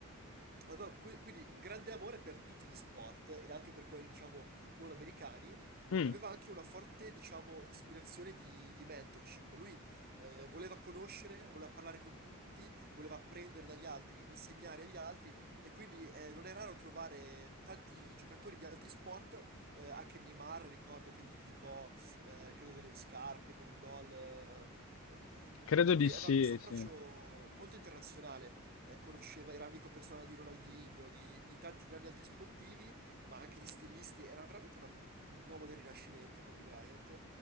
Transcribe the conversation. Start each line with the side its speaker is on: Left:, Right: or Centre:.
Right: Aveva que- quindi un grande amore per tutti gli sport e anche per quelli, diciamo, non americani
Left: Mm,
Right: e aveva anche una forte, diciamo, ispirazione di, di mentorship. Lui eh, voleva conoscere, voleva parlare con tutti, voleva apprendere dagli altri, insegnare agli altri e quindi eh, non è raro trovare tanti giocatori di altri sport, eh, anche Neymar, ricordo che gli dedicò, eh, credo, delle scarpe con un gol. eh, eh,
Left: credo
Right: Lui
Left: di sì,
Right: aveva questo approccio
Left: sì.
Right: molto internazionale eh, conosceva, era amico personale di Ronaldinho, di, di tanti grandi altri sportivi, ma anche di stilisti. Era veramente una- un uomo del Rinascimento, Kobe Bryant.